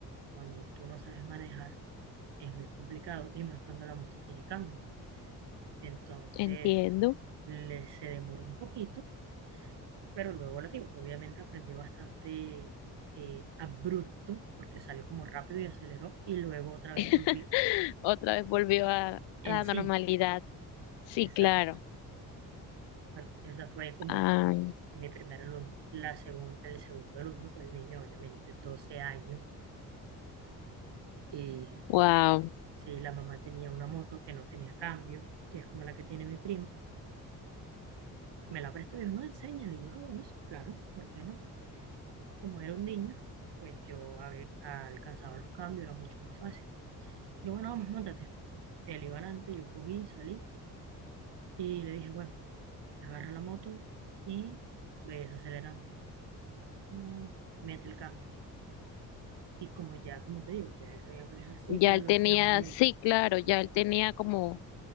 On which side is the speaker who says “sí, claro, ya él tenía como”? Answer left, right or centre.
Left